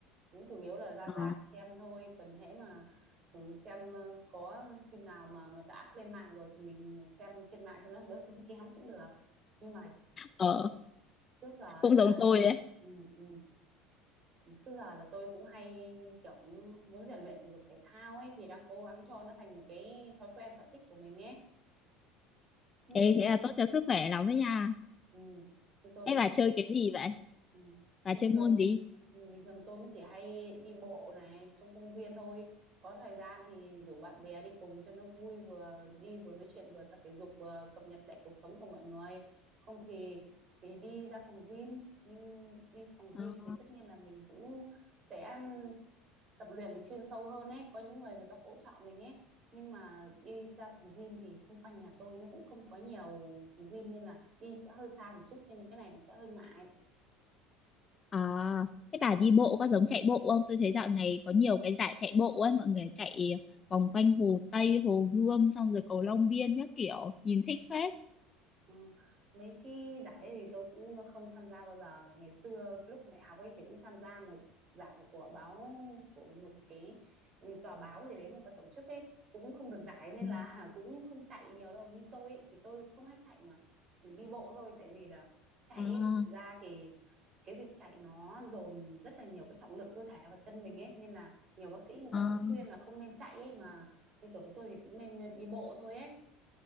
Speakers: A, on the right; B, on the left.
A: Cũng chủ yếu là ra
B: ờ
A: rạp xem thôi. Còn hễ mà ừ, xem ờ, có phim nào mà người ta up lên mạng rồi thì mình xem trên mạng cho nó đỡ tốn kém cũng được. Nhưng mà
B: ờ
A: trước giờ ấy
B: cũng
A: là
B: giống tôi ấy
A: ừ, ừ, trước giờ là tôi cũng hay kiểu muốn rèn luyện thể dục thể thao ấy thì đang cố gắng cho nó thành một cái thói quen sở thích của mình ấy. Đấy
B: Ê, thế là tốt cho sức khỏe lắm đấy nha.
A: Ừ. Như tôi
B: Ê,
A: thì
B: bà chơi cái gì vậy?
A: Ừ.
B: Bà
A: Bình
B: chơi môn
A: thường
B: gì?
A: ừ, bình thường tôi cũng chỉ hay đi bộ này trong công viên thôi có thời gian thì rủ bạn bè đi cùng cho nó vui vừa đi vừa nói chuyện vừa tập thể dục vừa cập nhật lại cuộc sống của mọi người không thì thì đi ra phòng gym như đi phòng
B: À,
A: gym thì tất nhiên là mình cũng sẽ um, tập luyện được chuyên sâu hơn ấy có những người người ta hỗ trợ mình ấy nhưng mà đi ra phòng gym thì xung quanh nhà tôi nó cũng không có nhiều phòng gym nên là đi sẽ hơi xa một chút nên cái này cũng sẽ hơi ngại
B: à, thế bà đi bộ có giống chạy bộ không? Tôi thấy dạo này có nhiều cái giải chạy bộ ấy, mọi người chạy vòng quanh Hồ Tây, Hồ Gươm, xong rồi cầu Long Biên các kiểu, nhìn thích phết.
A: Ờ, mấy cái giải ấy thì tôi cũng không tham gia bao giờ ngày xưa lúc còn đại học ấy thì cũng tham gia một giải của báo của một cái ừ, tòa báo gì đấy người ta tổ chức ấy cũng không được giải nên
B: Ừ.
A: là <laughs> cũng không chạy nhiều đâu như tôi ấy thì tôi không hay chạy mà chỉ đi bộ thôi tại vì là chạy
B: À,
A: ấy thực ra thì cái việc chạy nó dồn rất là nhiều cái trọng lượng cơ thể và chân mình ấy nên là nhiều bác sĩ người
B: à.
A: ta cũng khuyên là không nên chạy ấy mà như tuổi của tôi thì cũng nên đi bộ thôi ấy